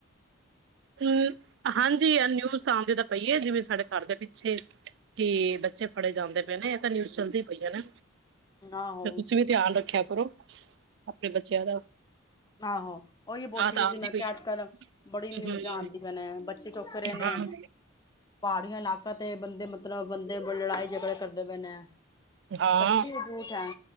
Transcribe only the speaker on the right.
ਹੂੰ, ਹਾਂਜੀ ਨਿਊਜ਼ ਆਉਂਦੀ ਤਾਂ ਪਈ ਹੈ, ਜਿਵੇਂ ਸਾਡੇ ਘਰ ਦੇ ਪਿੱਛੇ ਕਿ ਬੱਚੇ ਫੜੇ ਜਾਂਦੇ ਪਏ ਨੇ, ਇਹ ਤਾਂ ਨਿਊਜ਼ ਚੱਲਦੀ ਪਈ ਹੈ ਨਾ।
ਤੇ ਤੁਸੀਂ ਵੀ ਧਿਆਨ ਰੱਖਿਆ। <inaudible> ਆਪਣੇ ਬੱਚਿਆਂ ਦਾ
ਆਹ
ਤਾਂ ਆਉਂਦੀ
ਪਈ ਹੈ
ਹਮ,
ਹਾਂ
ਹਾਂ,